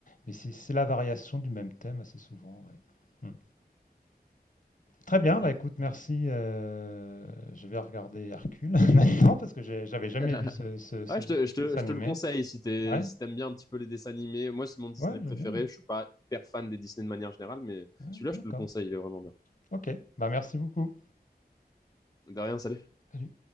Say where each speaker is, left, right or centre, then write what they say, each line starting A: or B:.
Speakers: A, on the left; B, on the left.
A: mais c'est c'est la variation du même thème assez souvent. ouais. Hmm. Très bien.
B: mm.
A: Bah écoute, merci. euh, je vais regarder Hercule <laughs> maintenant parce que j'ai- j'avais jamais
B: <laughs>
A: vu ce, ce- ce
B: Ouais, je te, je te,
A: dessin
B: je
A: animé.
B: te le conseille si t'es,
A: Ouais,
B: si t'aimes bien un petit peu les dessins animés. Moi, c'est mon Disney
A: ouais,
B: préféré.
A: j'aime bien.
B: Je suis pas hyper fan des Disney de manière générale, mais
A: Ouais,
B: celui-là, je
A: d'accord.
B: te le conseille, il est vraiment bien.
A: Ok. Bah merci beaucoup.
B: De rien, salut.
A: Salut.